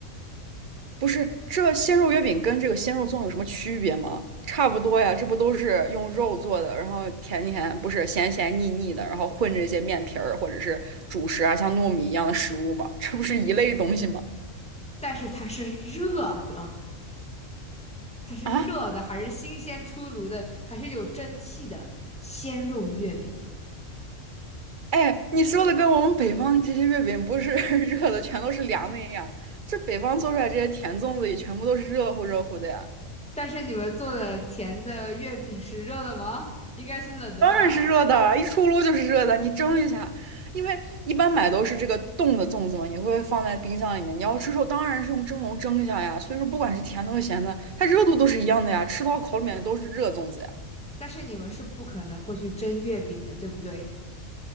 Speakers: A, on the right; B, in the centre.
A: 不是，这鲜肉月饼跟这个鲜肉粽有什么区别吗？差不多呀，这不都是用肉做的，然后甜甜，不是咸咸腻腻的，然后混着一些面皮儿或者是主食啊，像糯米一样的食物吗？这不是一类东西吗？
B: 但是它是热的。它是热的，
A: 啊，
B: 还是新鲜出炉的，还是有蒸汽的鲜肉月饼。
A: 哎，你说的跟我们北方这些月饼不是 <laughs> 热的，全都是凉的一样，这北方做出来这些甜粽子也全部都是热乎热乎的呀。
B: 但是你们做的甜的月饼是热的吗？应该是冷的吧？
A: 当然是热的，一出炉就是热的。你蒸一下，因为一般买都是这个冻的粽子嘛，你会放在冰箱里面。你要吃肉，当然是用蒸笼蒸一下呀。所以说，不管是甜的和咸的，它热度都是一样的呀，吃到口里面都是热粽子呀。
B: 但是你们是不可能会去蒸月饼的，对不对？